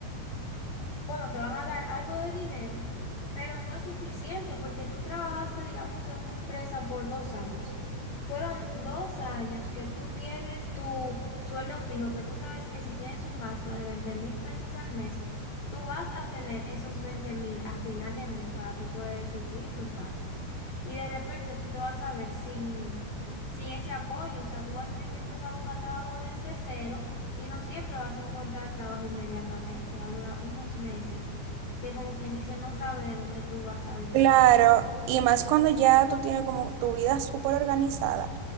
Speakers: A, on the left; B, on the right.
A: Bueno, te van a dar algo de dinero, pero no es suficiente porque tú trabajaste, digamos, en una empresa por dos años. Fueron dos años que tú tienes tu sueldo fijo, que tú sabes que si tienes un gasto de 20 mil pesos al mes, tú vas a tener esos 20 mil a final de mes para tú poder suplir tus gastos. Y de repente tú te vas a ver sin, sin ese apoyo, o sea, tú vas a tener que empezar a buscar trabajo desde cero y no siempre vas a encontrar trabajo inmediatamente, va a durar unos meses que como quien dice no sabe de dónde tú vas a depender.
B: Claro, y más cuando ya tú tienes como tu vida súper organizada